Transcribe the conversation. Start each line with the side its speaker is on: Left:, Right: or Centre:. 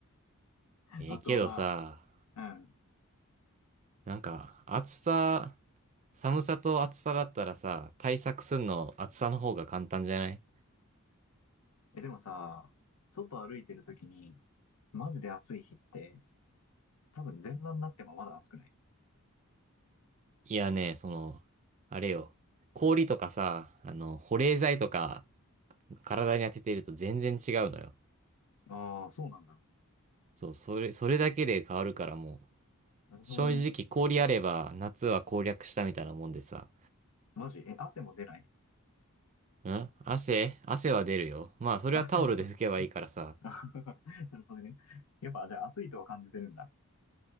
Left: <laughs>
Right: ええけどさ、
Left: あとは、うん。
Right: なんか、暑さ、寒さと暑さだったらさ、対策すんの暑さの方が簡単じゃない
Left: え、でもさ、外歩いてるときに、マジで暑い日って、多分全裸になってもまだ暑くない
Right: いやね、その、あれよ。氷とかさ、あの、保冷剤とか体に当てていると全然違うのよ。
Left: ああー、そうなんだ。
Right: そう、それ、それだけで変わるからもう、
Left: なるほどね。
Right: 正直氷あれば夏は攻略したみたいなもんでさ、
Left: マジ、え、汗も出ない
Right: ん汗汗は出るよ。まあそれはタオルで拭けばいいからさ。
Left: 汗も出ない。<laughs> なるほどね。やっぱ、じゃあ暑いとは感じてるんだ。